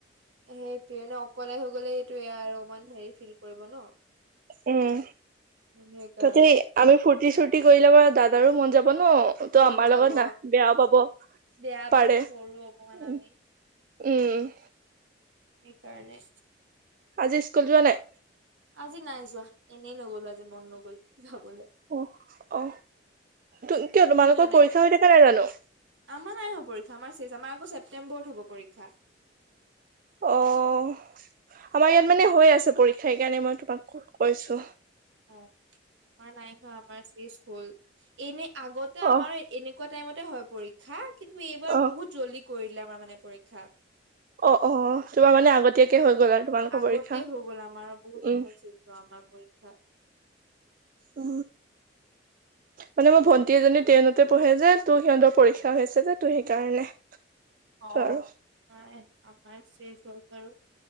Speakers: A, on the right; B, on the right.
A: সেইটোৱে এনেও অকলে হৈ গ'লে সেইটোৱে আৰু অকমান হেৰি ফিল কৰিব ন
B: উম
A: সেইকাৰণে।
B: তাতে আমি ফূৰ্তি চূৰ্তি কৰিলে মানে দাদাৰো মন যাব ন' তো
A: মন
B: আমাৰ
A: যাব
B: লগত না বেয়াও পাব
A: বেয়া পাব
B: পাৰে
A: সৰু অকমান
B: উম।
A: আমি
B: উম।
A: সেইকাৰণে।
B: আজি স্কুল যোৱা নাই?
A: আজি নাই যোৱা এনেই নগলো আজি মন নগল যাবলৈ।
B: অ অ কিয়
A: তুমি
B: তোমালোকৰ
A: যোৱা নাই
B: পৰীক্ষা হৈ থাকে নাই জানোঁ?
A: আমাৰ নাই হোৱা পৰীক্ষা আমাৰ চেজ আমাৰ আকৌ ছেপটেম্বৰত হ'ব পৰীক্ষা।
B: অ', আমাৰ ইয়াত মানে হৈ আছে পৰীক্ষা সেইকাৰণে মই তোমাক কৈছোঁ।
A: অ', আমাৰ নাই হোৱা আমাৰ চেজ হ'ল এনেই আগতে আমাৰ
B: অ
A: এনেকুৱা টাইমতে হয়, পৰীক্ষা কিন্তু এইবাৰ
B: অ
A: বহুত জল্দি কৰিলে আমাৰ মানে পৰীক্ষা।
B: অ অ তোমাৰ মানে আগতীয়াকে হৈ গ'ল আৰু তোমালোকৰ
A: আগতে
B: পৰীক্ষা
A: হৈ গ'ল আমাৰ বহুত
B: উম
A: দিন হ'ল চেজ হোৱা আমাৰ পৰীক্ষা। <inaudible>
B: অ। মানে মোৰ ভন্টি এজনী টেনতে পঢ়ে যে তোৰ সিহঁতৰ পৰীক্ষা হৈ আছে যে ত' সেইকাৰণে। <inaudible>
A: অ',
B: আৰু
A: আমাৰ শেষ হ'ল বাৰু।